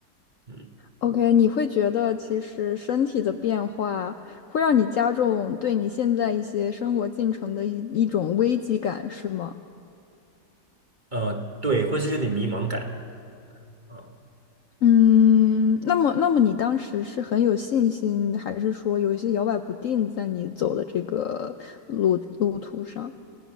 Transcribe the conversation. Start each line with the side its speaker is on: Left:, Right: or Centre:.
Right: 嗯
Left: OK，你会觉得其实身体的变化会让你加重对你现在一些生活进程的一一种危机感，是吗？
Right: 呃，对，会是有点迷茫感啊，
Left: 嗯，那么，那么你当时是很有信心，还是说有一些摇摆不定在你走的这个路路途上？